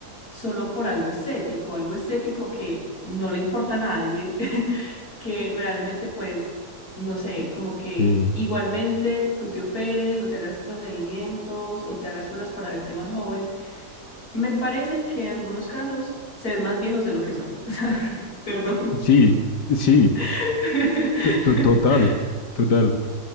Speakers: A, on the left; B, on the left.
A: solo por algo estético, algo estético que no le importa a nadie, <laughs> que realmente pues no sé, como que
B: Sí,
A: igualmente tú te operes o te hagas procedimientos o te hagas cosas para verte más joven. Me parece que en algunos casos se ven más viejos de lo que son. <laughs> Perdón.
B: Sí, sí,
A: <laughs>
B: to- to- total, total.